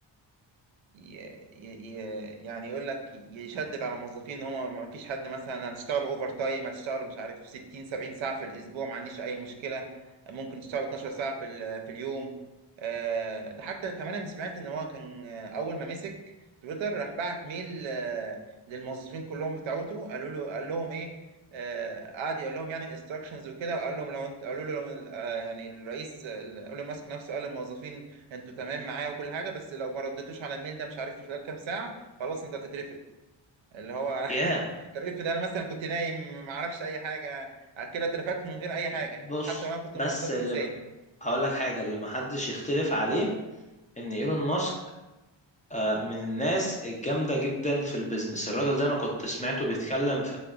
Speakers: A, on the right (about 80°); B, on the left (about 20°).
A: ي... ي... ي- يعني يقول لك يشدد على الموظفين ان هم ما فيش حد مثلا هنشتغلوا اوفر تايم هتشتغلوا مش عارف 60 70 ساعه في الاسبوع ما عنديش اي مشكله ممكن تشتغلوا 12 ساعه في ال... في اليوم آه، ده حتى كمان انا سمعت ان هو كان آه، اول ما مسك تويتر راح بعت ميل آه، للموظفين كلهم بتاعته قالوا له قال لهم ايه آه، قعد يقول لهم يعني الانستراكشنز وكده قال لهم لو انت قالوا له لو- آه، يعني الرئيس آه، قال له ماسك نفسه قال للموظفين انتوا تمام معايا وكل حاجه بس لو ما ردتوش على الميل ده مش عارف في خلال كام ساعه خلاص انت هتترفد اللي هو <laughs>
B: ياه
A: طب افرض انا مثلا كنت نايم ما اعرفش اي حاجه كده اترفدت من غير اي حاجه
B: بص
A: حتى لو انا كنت
B: بس
A: الموظف
B: اللي
A: المثالي
B: هقول لك حاجة اللي محدش يختلف عليه ان ايلون ماسك آه، من الناس الجامدة جدا في البيزنس الراجل ده انا كنت سمعته بيتكلم في